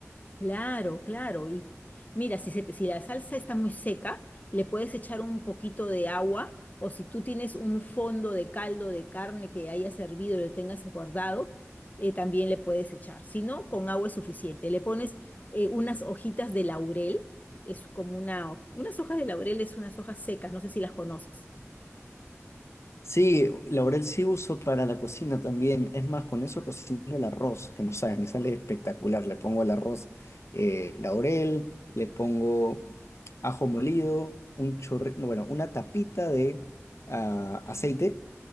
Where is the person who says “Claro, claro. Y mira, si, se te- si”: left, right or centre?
Left